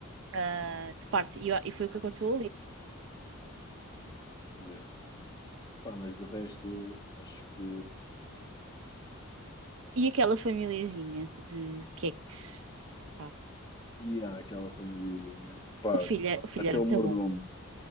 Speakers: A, on the right; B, on the left.
A: ah, de parte.
B: Sim.
A: E, eu- e foi o que aconteceu ali.
B: Yeah. Pá, mas de resto, acho que.
A: E aquela famíliazinha de queques. Pá,
B: E há aquela famíliazinha. Pá,
A: o filho, é- o filho
B: até
A: era
B: o
A: muito
B: mordomo.
A: bom.